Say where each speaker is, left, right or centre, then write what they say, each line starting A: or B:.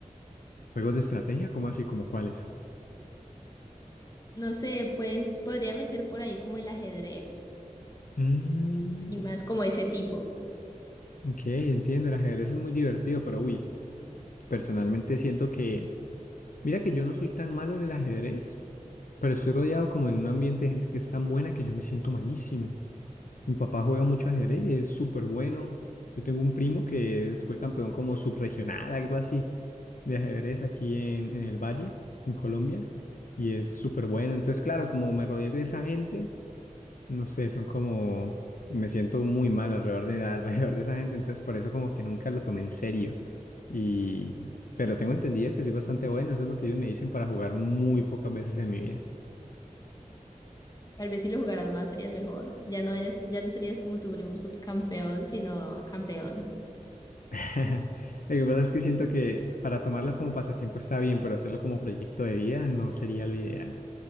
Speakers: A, on the left; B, on the left.
A: ¿Juegos de estrategia? ¿Cómo así? ¿Como cuáles?
B: No sé, pues podría meter por ahí como el ajedrez
A: Mm,
B: y más como ese tipo.
A: ok, entiendo, el ajedrez es muy divertido, pero uy, personalmente siento que... Mira que yo no soy tan malo en el ajedrez, pero estoy rodeado como en un ambiente de gente que es tan buena que yo me siento malísimo. Mi papá juega mucho ajedrez y es súper bueno. Yo tengo un primo que es- fue campeón como subregional, algo así, de ajedrez aquí en, en el Valle, en Colombia, y es súper bueno. Entonces, claro, como me rodeo de esa gente, no sé, son como, me siento muy mal alrededor de, <laughs> alrededor de esa gente, entonces por eso como que nunca lo tomé en serio. Y, pero tengo entendido que soy bastante bueno, eso es lo que ellos me dicen para jugar muy pocas veces en mi vida.
B: Tal vez si lo jugaras más serías mejor. Ya no eres, ya no serías como tu primo subcampeón, sino campeón.
A: <laughs> Lo que pasa es que siento que para tomarlo como pasatiempo está bien, pero hacerlo como proyecto de vida no sería lo ideal.